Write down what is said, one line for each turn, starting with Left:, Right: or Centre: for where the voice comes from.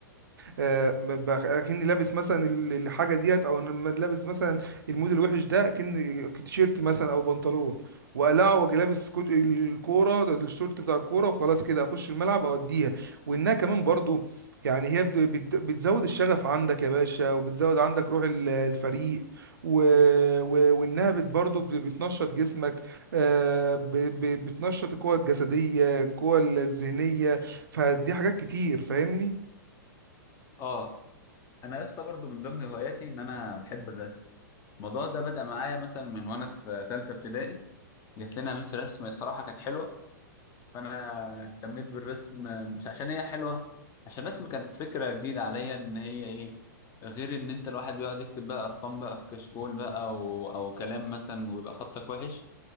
Right: آه، ب- ب- اكني لابس مثلا ال- الحاجة ديت او أنا لما لابس مثلا المود الوحش ده اكن تيشيرت مثلا او بنطلون وقلع واجي لابس كوج- الكورة ده- ده الشورت بتاع الكورة وخلاص كده اخش الملعب اوديها وانها كمان برضو يعني هي بت- بت- بتزود الشغف عندك يا باشا وبتزود عندك روح ال- الفريق و... و... وانها بت برضو ب- بتنشط جسمك آه، ب... ب- بتنشط القوة الجسدية القوة الذهنية فدي حاجات كتير فاهمني
Left: اه انا يا اسطى برضه من ضمن هواياتي ان انا بحب الرسم الموضوع ده بدأ معايا مثلا من وانا في ثالثه ابتدائي جات لنا مس رسم الصراحه كانت حلوه فانا اهتميت بالرسم مش عشان هي حلوه عشان الرسم كانت فكره جديده عليا ان هي ايه غير ان انت الواحد بيقعد يكتب بقى ارقام بقى في كشكول بقى او او كلام مثلا ويبقى خطك وحش